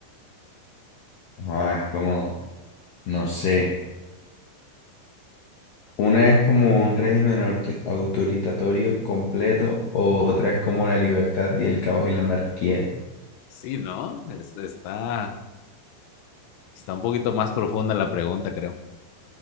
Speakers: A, on the left; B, on the left.
A: Ahora es como... No sé. Una es como un régimen aut- autoritatorio completo o otra es como la libertad y el caos y la anarquía.
B: Sí, ¿no? Es- está, está un poquito más profunda la pregunta, creo.